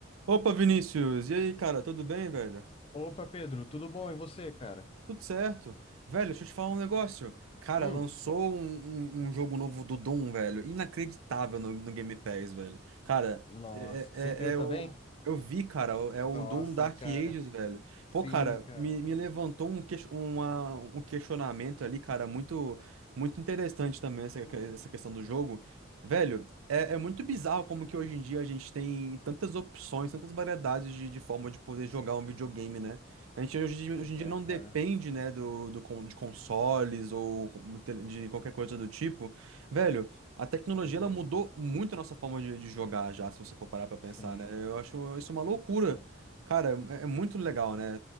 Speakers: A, on the right; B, on the left.
A: Opa, Vinícius! E aí, cara, tudo bem, velho?
B: Opa, Pedro, tudo bom? E você, cara?
A: Tudo certo. Velho, deixa eu te falar um negócio. Cara,
B: Hum,
A: lançou um, um, um jogo novo do Doom, velho. Inacreditável no, no Game Pass, velho. Cara,
B: nossa,
A: é, é,
B: você viu
A: é é
B: também?
A: o. Eu vi, cara, o- é o
B: Nossa,
A: Doom Dark
B: cara.
A: Ages, velho.
B: Sim,
A: Pô, cara,
B: cara.
A: me, me levantou um, ques- uma, um questionamento ali, cara, muito, muito interessante também essa,
B: Hum,
A: que- essa questão do jogo. Velho, é, é muito
B: hum.
A: bizarro como que hoje em dia a gente tem tantas opções, tantas variedades de, de forma de poder jogar um videogame, né? A gente hoje, em dia-
B: Pois
A: hoje em dia
B: é,
A: não
B: cara.
A: depende, né, do, do, con- de consoles ou tele- de qualquer coisa do tipo. Velho, a tecnologia
B: Pois
A: ela
B: é,
A: mudou
B: cara.
A: muito a nossa forma de, de jogar já, se você for parar pra pensar,
B: Sim,
A: né? Eu acho isso uma loucura.
B: sim.
A: Cara, é, é muito legal, né?